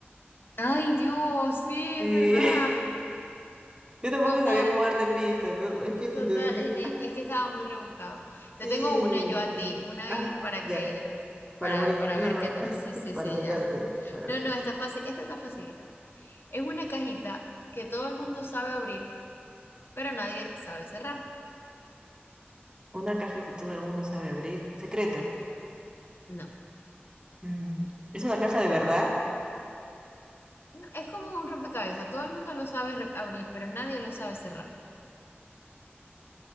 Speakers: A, on the left (about 65°); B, on the right (about 20°).
A: Ay, Dios, sí,
B: Sí.
A: es verdad.
B: <laughs> Yo tampoco
A: Total,
B: sabía cómo darte pistas. ¿no? Es que si
A: total.
B: te decía,
A: e- e-
B: <laughs>
A: Es, que estaba muy rebuscado. Te
B: sí.
A: tengo una yo a ti, una ahí
B: Ah,
A: para
B: ya,
A: que,
B: para
A: para,
B: morir.
A: para
B: No,
A: ver qué tal.
B: <laughs>
A: Sí, sí,
B: para
A: sí,
B: vengarte.
A: ya.
B: Para
A: No,
B: ven-
A: no, está fácil, esta está facilita. Es una cajita que todo el mundo sabe abrir pero nadie sabe cerrar.
B: Una caja que todo el mundo sabe abrir. Secreto.
A: No,
B: Mm, ¿Es una caja de verdad?
A: no, es como un rompecabezas, todo el mundo lo sabe re- abrir, pero nadie lo sabe cerrar.